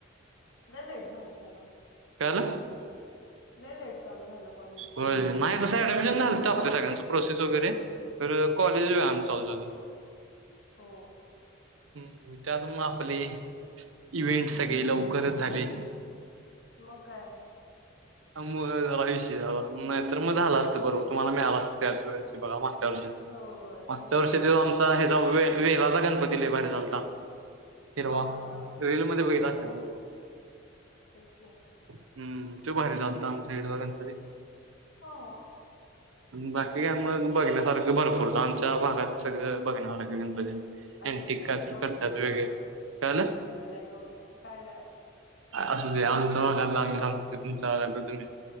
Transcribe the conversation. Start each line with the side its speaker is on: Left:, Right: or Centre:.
Left: लै लेट झालं चालू
Right: कायल
Left: ले लेट चालू झालं कॉलेज.
Right: हो मा सं ऍडमिशन घालत आप सगळ्यांच प्रोसेस वगैरे तर कॉलेज वेळाने चालू झा
Left: हो
Right: हम्म त्यात म आपले इव्हेंट सगळे लवकरच झाले
Left: मुका
Right: मुळ झाला ऐशी झाला नाही तरर मग झालं असतं भरूबर तुम्हाला मिळाला असत त्याच्या वेळेची बघा मग चर्
Left: होय. मग
Right: चर्चेत
Left: काय.
Right: आमचा हे जा वे वेलाचा गणपती भारी चालता
Left: हां,
Right: हिरवा
Left: हां, हां.
Right: रेल मध्ये बघला असेधो
Left: हो. तेच की.
Right: हम्म तू बाहेर चालत आमच्या इडवा घणपती
Left: हो.
Right: बाकी का मग बघन्या सारखं भरपूरच आमच्या भागात सगळं बघणार गणपती
Left: असू
Right: अंटिक
Left: दे
Right: कायतर
Left: लय गवतगु
Right: करतात
Left: नको
Right: वेगरे काल
Left: लय गवत काय नाही
Right: असं ते आमचा भागतल आमचं आमचं तुमच्या भगतलं